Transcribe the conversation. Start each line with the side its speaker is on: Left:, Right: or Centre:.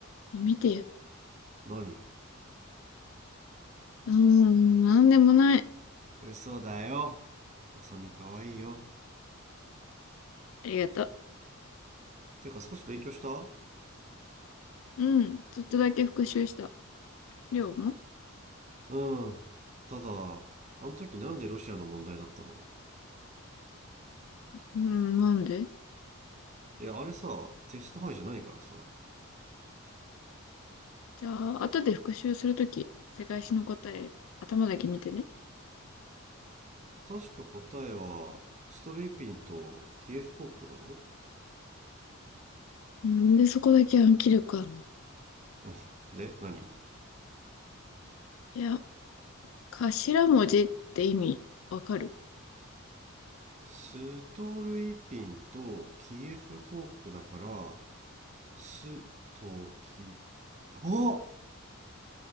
Left: え、見てよ。
Right: 何よ。
Left: うーん、なんでもない。
Right: 嘘だよ。浅見可愛いよ。
Left: ありがとう。
Right: てか少し勉強した
Left: うん、ちょっとだけ復習した。りょうも
Right: うん。ただ、あの時なんでロシアの問題だったの
Left: うん、なんで
Right: いや、あれさ、テスト範囲じゃないからさ。ん
Left: じゃあ、後で復習するとき、世界史の答え、頭だけ見てね。
Right: 確か答えは、ストルイピンとキエフ公国だろ
Left: なんで、そこだけ暗記力あるの
Right: うん <laughs> で、何
Left: いや、頭文字って意味、わかる
Right: ストルイピンとキエフ公国だから、スとキお